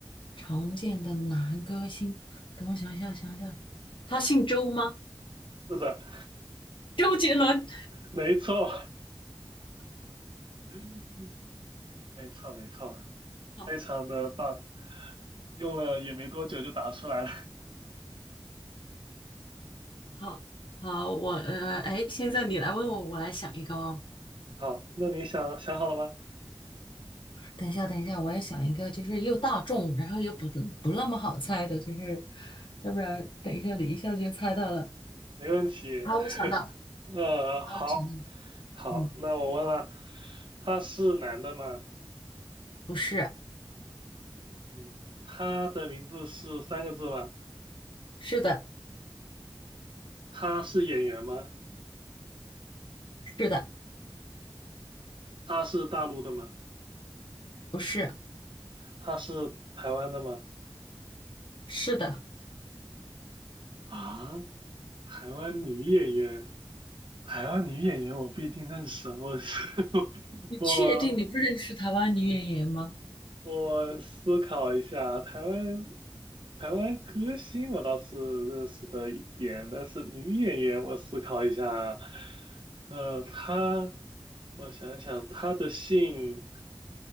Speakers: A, on the left; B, on the right.
A: 常见的男歌星，等我想一下，想一下，他姓周吗？
B: 是的，
A: 周杰伦。
B: 没错，<laughs> 没错，没错，
A: 好，
B: 非常的棒，用了也没多久就打出来了。
A: 好，好，我呃，哎，现在你来问我，我来想一个哦。
B: <laughs> 好，那你想想好了吗？
A: 等一下，等一下，我要想一个，就是又大众，然后又不不那么好猜的，就是要不然等一下你一下就猜到了。
B: 没问题。
A: 好，我想到了，
B: <laughs> 呃，好，
A: 好，我想到了，
B: 好，
A: 嗯，
B: 那我问了，他是男的吗？
A: 不是，
B: 嗯，他的名字是三个字吗？
A: 是的。
B: 他是演员吗？
A: 是的，
B: 他是大陆的吗？
A: 不是，
B: 他是台湾的吗？
A: 是的，
B: 啊，台湾女演员，台湾女演员我不一定认识啊，我是 <laughs>
A: 你确定你不认识台湾女演员吗？
B: 我我思考一下，台湾台湾歌星我倒是认识的一点，但是女演员我思考一下，呃，她，我想想，她的姓，